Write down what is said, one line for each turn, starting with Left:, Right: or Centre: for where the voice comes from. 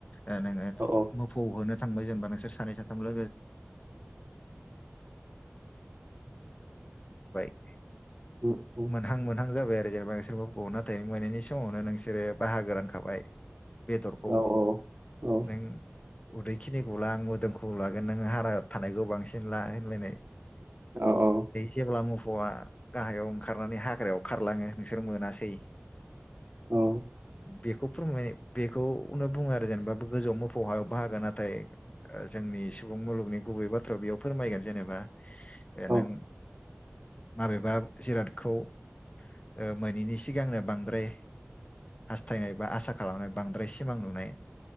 Left: ओ नोङो
Right: औ
Left: मोफौ होनो थांबाय जेनेबा नोंसोर सानै साथाम <unintelligible>
Right: <unintelligible>
Left: मोनहां मोनहां जाबाय आरो जेनेबा नोंसोर मोफौखौ नाथाय मोनाहैनि समावनो नोंसोरो बाहागो रानखाबाय बेदरखौ
Right: औ औ
Left: नों उदैखिनिखौ ला आं मोदोमखौ लागोन नों हारा थानायखौ बांसिन ला होनलायनाय‌।
Right: औ-औ
Left: जेब्ला मोफौआ गाहायाव ओंखारनानै हाग्रायाव खारलाङो नोंसोर मोनासै
Right: औ
Left: <inaudible> बेखौ बुङो बेखौनो बुङो आरो जेनेबा बे गोजौआव मोफौ हायाव बाहागो नाथाय ओ जोंनि सुबुं मुलुगनि गुबै बाथ्रायाव बेयाव फोरमायगोन जेनेबा ओ
Right: औ
Left: नों माबेबा जिरादखौ ओ मोनैनि सिगांनो बांद्राय हास्थायनाय बा आसा खालामनाय बांद्राय सिमां नुनाय